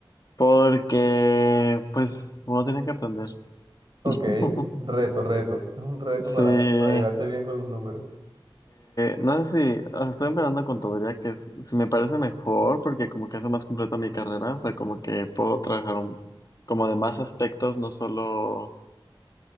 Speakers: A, on the left; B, on the right.
A: Porque, pues, uno tiene que aprender. <laughs>
B: Ok, reto, reto. Eso es un reto para,
A: Sí. eh,
B: para llevarte bien con los números.
A: no sé si, o sea, estoy empezando con contaduría, que es- si me parece mejor, porque como que hace más completa mi carrera, o sea, como que puedo trabajar un- como de más aspectos, no solo